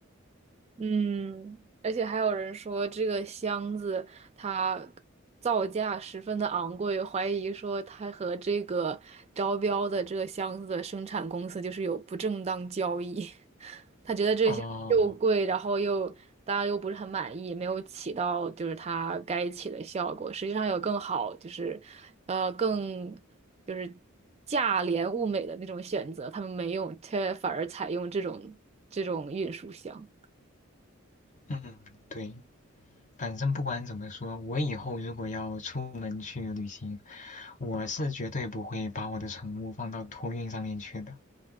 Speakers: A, on the right (about 30°); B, on the left (about 35°).
A: 嗯，而且还有人说这个箱子它造价十分的昂贵，怀疑说它和这个招标的这个箱子的生产公司就是有不正当交易。他觉得这些又贵，
B: 哦，
A: 然后又大家又不是很满意，没有起到就是它该起的效果。实际上有更好，就是呃更就是价廉物美的那种选择，他们没用，却反而采用这种这种运输箱。
B: 嗯，对，反正不管怎么说，我以后如果要出门去旅行，我是绝对不会把我的宠物放到托运上面去的。